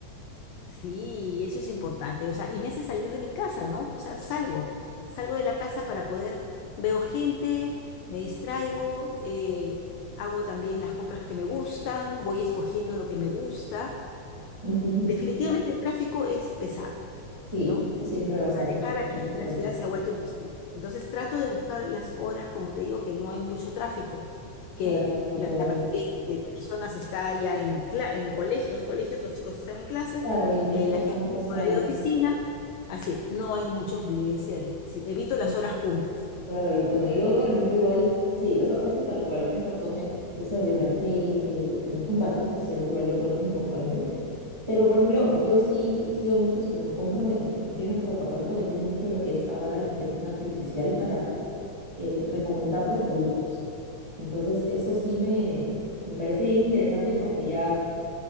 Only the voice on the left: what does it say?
Sí, eso es importante. O sea, y me hace salir de mi casa, ¿no? O sea, salgo, salgo de la casa para poder, veo gente, me distraigo, eh, hago también las compras que me gustan, voy escogiendo lo que me gusta.
Definitivamente el tráfico es pesado,
¿no?
manejar
aquí
en
la ciudad se ha vuelto imposible. Entonces trato de buscar las horas, como te digo, que no hay mucho tráfico, que
la
la mayoría
de personas está ya en, cla- en colegio, los colegios, los chicos están en clases,
eh,
la gente
en horario de oficina, así, no hay
mucha fluencia. de- sí, evito
las horas puntas.